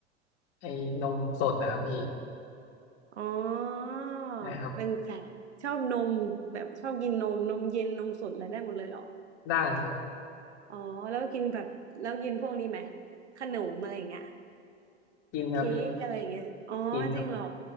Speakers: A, on the left (about 45°); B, on the right (about 70°).
A: ไอ้นมสดนะครับพี่
B: อ๋อ
A: ใช่ครับ
B: เป็นสายชอบนมแบบชอบกินนมนมเย็นนมสดอะไรได้หมดเลยเหรอ
A: ได้ครับ
B: อ๋อแล้วกินแบบแล้วกินพวกนี้ไหมขนมอะไรอย่างเงี้ย
A: กินครับพี่
B: เค้กอะไรอย่างเงี้ยอ๋อจริงเหรอ
A: กินครับ